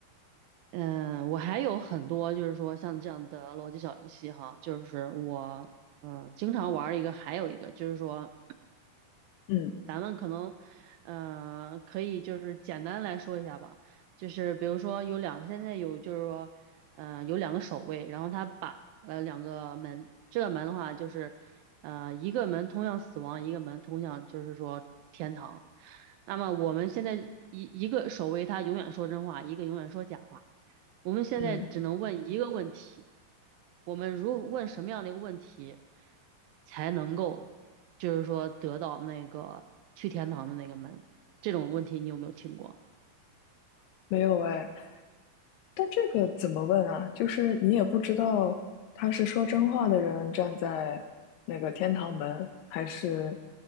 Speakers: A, on the right; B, on the left.
A: 嗯，我还有很多，就是说像这样的逻辑小游戏哈，就是我嗯经常玩儿一个，还有一个就是说
B: 嗯
A: 咱们可能，呃，可以就是简单来说一下吧，就是比如说有两，现在有就是说，呃，有两个守卫，然后他把了两个门，这个门的话就是，呃，一个门通向死亡，一个门通向就是说天堂。那么我们现在一一个守卫他永远说真话，一个永远说假话，我们现在只能问一个问题，
B: 嗯，
A: 我们如问什么样的一个问题？才能够，就是说得到那个去天堂的那个门？这种问题你有没有听过？
B: 没有哎，但这个怎么问啊？就是你也不知道他是说真话的人站在那个天堂门，还是